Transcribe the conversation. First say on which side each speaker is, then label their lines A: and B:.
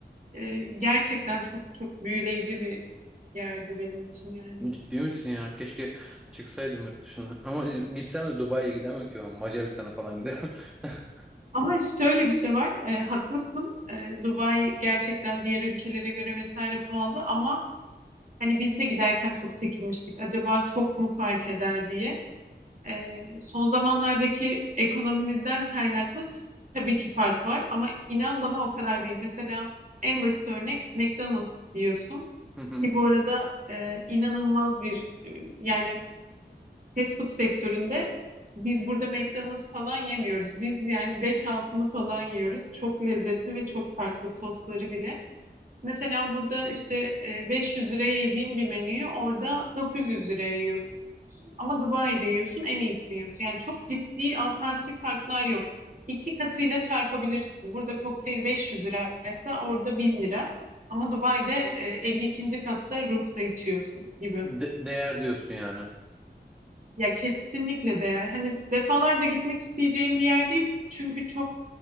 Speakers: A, on the right; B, in the centre.
A: E, Gerçekten çok çok büyüleyici bir yerdi benim için yani.
B: Ciddi misin ya? Keşke çıksaydım yurt dışına. Ama işte gitsem de Dubai'ye gidemem ki ben. Macaristan'a falan giderim. <laughs>
A: Ama şöyle bir şey var, e, haklısın. E, Dubai gerçekten diğer ülkelere göre vesaire pahalı ama hani biz de giderken çok çekinmiştik. Acaba çok mu fark eder diye. e, son zamanlardaki ekonomimizden kaynaklı tabii ki fark var ama inan bana o kadar değil. Mesela en basit örnek McDonald's biliyorsun
B: Hı hı.
A: ki bu arada e, inanılmaz bir e, yani fast food sektöründe biz burada McDonald's falan yemiyoruz. Biz yani beş altını falan yiyoruz. Çok lezzetli ve çok farklı sosları bile. Mesela burada işte e, 500 liraya yediğim bir menüyü orada 900 liraya yiyorsun. Ama Dubai'de yiyorsun en iyisini yiyorsun. Yani çok ciddi afaki farklar yok. İki katıyla çarpabilirsin. Burada kokteyl 500 liraysa orada 1000 lira. Ama Dubai'de e, 52. katta roof'ta içiyorsun gibi.
B: De- değer diyorsun yani.
A: Ya kesinlikle değer. Hani defalarca gitmek isteyeceğim bir yer değil. Çünkü çok